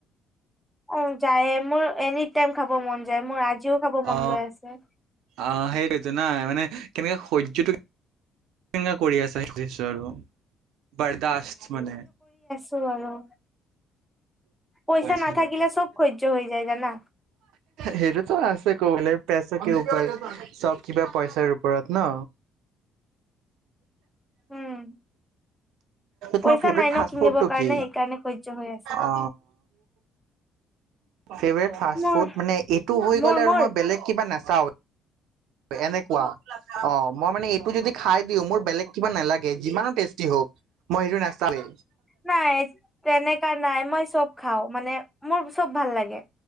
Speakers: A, in the centre; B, on the right (about 85°).
A: অ যায় মোৰ এনি টাইম খাব মন যায় মোৰ আজিও খাব মন
B: অ
A: গৈ আছে।
B: অ সেইটোতো না মানে কেনেকে সহ্যটো কৰি আছেজিছো আৰু বাৰদশ মান
A: বাৰু পইচা
B: আচ্ছা।
A: নাথাকিলে চব হৈৰ্য হৈ যায় জানা
B: সেইটোতো আছে কবলৈ পেচা কি উপায় চব কিবা পইচাৰ ওপৰত ন
A: উম পইচা
B: তোমাৰ ফেভৰেট
A: নাই
B: ফাষ্ট
A: ন কিনিবৰ
B: ফুডটো
A: কাৰণে
B: কি
A: সেইকাৰণে শৈয্য হৈ আছে।
B: অ ফেভট ফাচ
A: মোৰ
B: ফুড মানে এইটো হৈ
A: মোৰ
B: গ'লে আৰু
A: মোৰ
B: মই বেলেগ কিবা না চাও এনেকুৱা অ মই মানে এইটো যদি খাই দিওঁ মোৰ বেলেগ কিবা নালাগে যিমানো টেষ্টি হওক মই সেইটো নাচাও এ।
A: নাই তেনেকা নাই মই চব খাও মানে মোৰ চব ভাল লাগে